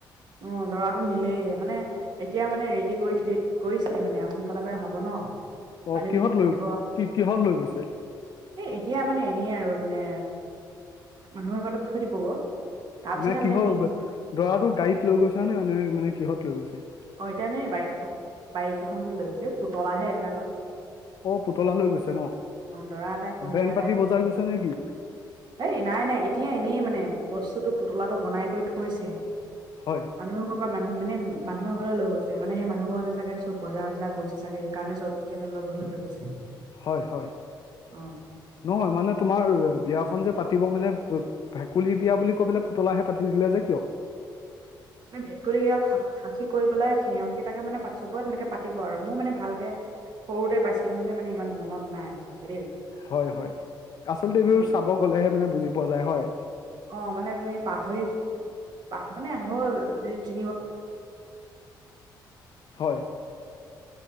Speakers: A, on the right (about 55°); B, on the left (about 55°).
A: অ, দৰাটো নিলেই মানে, এতিয়া মানে ৰেডি কৰি থৈ কৰিছেই মানে সোনকালে পৰাই হ'ব ন। পানী
B: অঁল, কিহত
A: দুনি তুলিব
B: লৈ কি কিহত লৈ গৈছে?
A: এ এতিয়া মানে এনেইে আৰু মানে মানুহৰ আগ থৈ দিব গ। তাৰ পিছতে
B: মানে কিহৰ
A: মেইন
B: দৰাটো গাড়ীত লৈ গৈছা নে, এনে মানে কিহত লৈ গৈছা?
A: অ, এতিয়ানে বাইক এখন বাইক এখন লৈ গৈছে পুতলাহে এইবিলাকত।
B: অ, পুতলা লৈ গৈছে ন?
A: অ দৰা এটাই কইনা
B: বেন
A: এটাই
B: পাতি
A: বনাই
B: বজাই গৈছে নেকি?
A: এই নাই-নাই এতিয়া এনেই মানে বস্তুটো পুতলাটো বনাই কৰি থৈছেহে।
B: হয়।
A: মানুহৰ পৰা মানুহ মানে মানুহৰ ঘৰলৈ লৈ গৈছে, মানে সেই মানুহ ঘৰলে চাগে চব বজাৰ চজাৰ কৰিছে চাগে? সেইকাৰণে চব সিহঁতৰ ঘৰলৈ লৈ গৈছে।
B: হয়-হয়,
A: অ
B: নহয় মানে তোমাৰ বিয়াখন যে পাতিব মানে ভেকুলী বিয়া বুলি কৈ পেলাই পুতলাহে পাতি দিলে যে কিয়?
A: মানে ভেকুলী বিয়া খাক খাকী কৰি পেলাই সিহতকেইটাকে মানে পাত চব তেনেকে পাতিব আৰু মোৰ মানে ভালকে। সৰুতে পাইছিলো মানে মানে ইমান মনত নাই ভালকে দেই।
B: হয়-হয় আচলতে
A: মানে
B: এইবোৰ চাব গ'লেহে মানে বুজি পোৱা যায় হয়।
A: অ, মানে তুমি পাহৰি পাহ মানে হ'ল যি তিন বছৰ
B: হয়।